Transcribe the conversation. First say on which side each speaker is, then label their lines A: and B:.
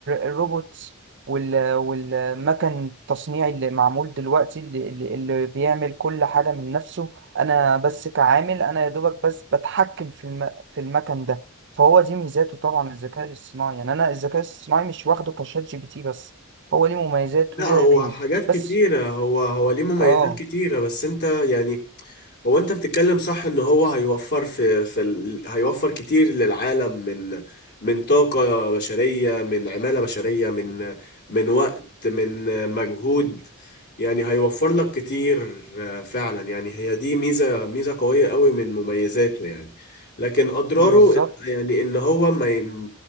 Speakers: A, on the right; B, on the left.
A: الروبوت وال والمكن التصنيعي اللي معمول دلوقتي اللي, اللي اللي بيعمل كل حاجة من نفسه انا بس كعامل انا يا دوبك بس بتحكم في الم في المكن ده فهو دي ميزاته طبعا الذكاء الاصطناعي يعني انا الذكاء الاصطناعي مش واخده كشات جي بي تي بس هو ليه مميزات
B: لا
A: وليه
B: هو
A: عيوب
B: حاجات
A: بس
B: كتيرة هو هو ليه مميزات
A: اه
B: كتيرة بس انت يعني هو انت بتتكلم صح ان هو هيوفر في في ال... هيوفر كتير للعالم من من طاقة بشرية من عمالة بشرية من من وقت من مجهود يعني هيوفر لك كتير آه، فعلا يعني هي دي ميزة ميزة قوية قوي من مميزاته يعني لكن اضراره
A: بالظبط
B: يعني ان هو ما ي...